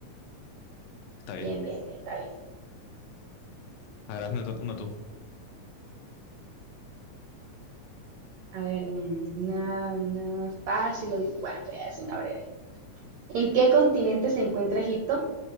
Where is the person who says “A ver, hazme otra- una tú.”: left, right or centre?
Left